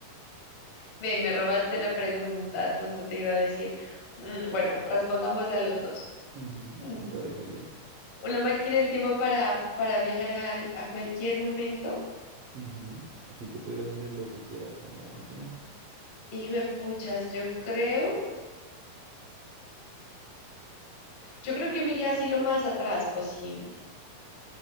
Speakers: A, on the left; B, on the right.
A: Ve, me robaste la pregunta, justo te iba a decir. Mm, Bueno, respondámosla los dos.
B: Ujú,
A: Mm.
B: me parece bien.
A: Una máquina del tiempo para, para viajar al- a, cualquier momento.
B: Ujú, Sí que pudieras hacer lo que quieras con la máquina.
A: Y puchas, yo creo, yo creo que me iría así lo más atrás posible.